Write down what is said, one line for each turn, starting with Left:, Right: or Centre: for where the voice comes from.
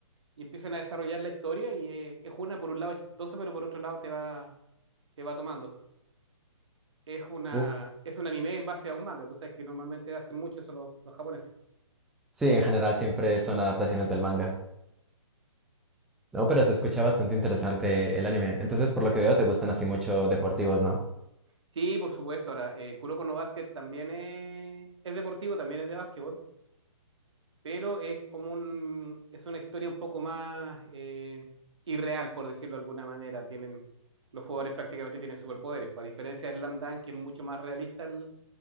Right: Y empiezan a desarrollar la historia y eh, es una, por un lado, es chistosa, pero por otro lado te va, te va tomando. es una,
Centre: Uf.
Right: es un anime en base a un manga. Tú sabes que normalmente hacen mucho eso los, los japoneses.
Centre: Sí, en general siempre son adaptaciones del manga. No, pero se escucha bastante interesante el anime. Entonces, por lo que veo, te gustan así mucho deportivos, ¿no?
Right: Sí, por supuesto. Ahora, eh, Kuroko no Basket también es, es deportivo, también es de básquetbol, pero es como un, es una historia un poco más eh, irreal, por decirlo de alguna manera. Tienen, los jugadores prácticamente tienen superpoderes. pues, A diferencia de Slam Dunk, que es mucho más realista el,